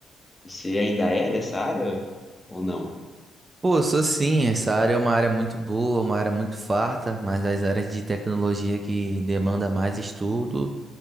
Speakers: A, on the left; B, on the right.
A: Você ainda é dessa área ou não?
B: Pô, sou sim. Essa área é uma área muito boa, uma área muito farta, mas das áreas de tecnologia que demanda mais estudo.